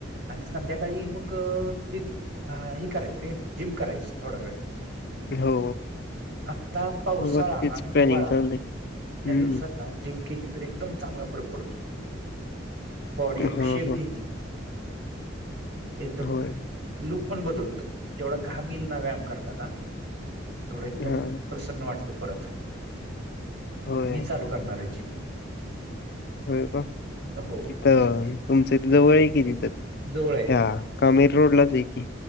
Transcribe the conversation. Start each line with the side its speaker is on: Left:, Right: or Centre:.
Right: आणि संध्याकाळी मग त हे करायचं रे जिम करायची थोडा वेळ
Left: हो
Right: आत्ता पावसाळा
Left: मग आता तेच
Right: आणि
Left: प्लॅनिंग
Right: हिवाळा
Left: चालले
Right: या
Left: ह्
Right: दिवसात जिम केली तर एकदम चांगला फरक पडतो बॉडी एक
Left: हां,
Right: शेप
Left: हां.
Right: घेतती एकदम
Left: होय.
Right: लुक पण बदलतो जेवढा घामल ना व्यायाम करताना तेवढा एकदम
Left: हां.
Right: ् वाटते परत
Left: होय.
Right: मी चालू करणार आहे जिम
Left: होय का
Right: हो
Left: तिथं तुमचं जवळ आहे कितीिथात
Right: जवळ आहे
Left: त्या कामेर रोडलाच की